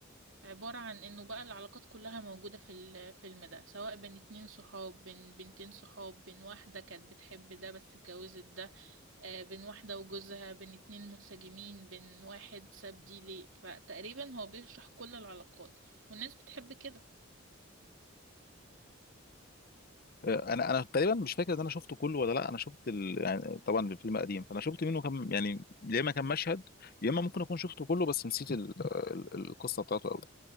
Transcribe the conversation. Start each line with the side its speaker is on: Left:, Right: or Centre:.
Right: عبارة عن انه بقى العلاقات كلها موجودة في الفيلم ده سواء بين اتنين صحاب بين بنتين صحاب بين واحدة كانت بتحب ده بس اتجوزت ده آه، بين واحدة وجوزها بين اتنين منسجمين بين واحد ساب دي ليه فتقريبا هو بيشرح كل العلاقات والناس بتحب كده
Left: آه، انا انا تقريبا مش فاكر ان انا شفته كله ولا لا انا شفت ال... يعني طبعا الفيلم قديم فانا شفت منه كم يعني يا اما كم مشهد يا اما ممكن اكون شفته كله بس نسيت ال... ال- القصه بتاعته قوي